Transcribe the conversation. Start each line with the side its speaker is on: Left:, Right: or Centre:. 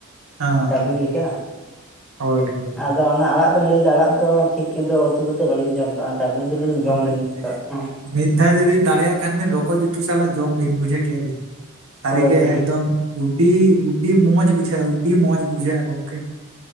Right: ᱦᱮᱸ
Centre: ᱪᱟᱹᱴᱱᱤ
Right: ᱦᱮᱸ
Centre: ᱞᱮᱠᱟ
Right: ᱦᱳᱭ ᱦᱳᱭ
Centre: ᱟᱫᱚ ᱚᱱᱟ ᱟᱲᱟᱜ ᱵᱮᱱ ᱞᱟᱹᱭᱮᱫᱟ ᱟᱲᱟᱜ ᱫᱚ ᱴᱷᱤᱠ ᱛᱫᱚ ᱩᱛᱩ ᱫᱚ ᱵᱟᱞᱤᱧ ᱡᱚᱢ ᱠᱟᱜᱼᱟ ᱪᱟᱹᱴᱱᱤ ᱫᱲᱩᱵᱼᱟ ᱡᱚᱢ
Right: ᱦᱳᱭ
Centre: ᱠᱟᱜ ᱦᱚᱸ
Right: ᱢᱤᱫ ᱫᱷᱟᱣ ᱡᱩᱫᱤ ᱫᱟᱲᱮᱭᱟᱜ ᱠᱷᱟᱱ ᱵᱤᱱ ᱨᱚᱠᱚᱡ ᱩᱛᱩ ᱥᱟᱞᱟᱜ ᱡᱚᱢ ᱵᱤᱱ ᱵᱩᱡᱷᱟᱹᱣᱮᱭᱟ ᱵᱤᱱ ᱥᱟᱹᱨᱤ
Centre: ᱦᱳᱭ
Right: ᱜᱮᱮ
Centre: ᱦᱳᱭ
Right: ᱮᱠᱫᱚᱢ ᱩᱰᱤ ᱩᱰᱤ ᱢᱚᱡᱽ ᱵᱩᱡᱷᱟᱹᱜ ᱩᱰᱤ ᱢᱚᱡᱽ ᱵᱩᱡᱷᱟᱹᱜᱼᱟ ᱜᱚᱢᱠᱮ